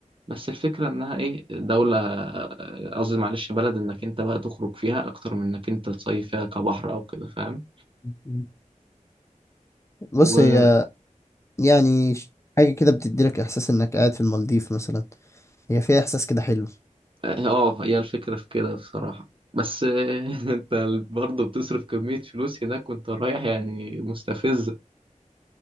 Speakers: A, on the right (about 40°); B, on the left (about 20°).
A: بس الفكرة إنها إيه دولة آه، قصدي معلش بلد إنك أنت بقى تخرج فيها أكتر من إنك أنت تصيف فيها كبحر أو كده فاهم
B: مم. بص
A: وكم
B: هي يعني ش- حاجة كده بتديلك إحساس إنك قاعد في المالديف مثلا هي فيها إحساس كده حلو
A: اه هي الفكرة في كده بصراحة بس آه، <laughs> أنت برضه بتصرف كمية فلوس هناك وأنت رايح يعني مستفزة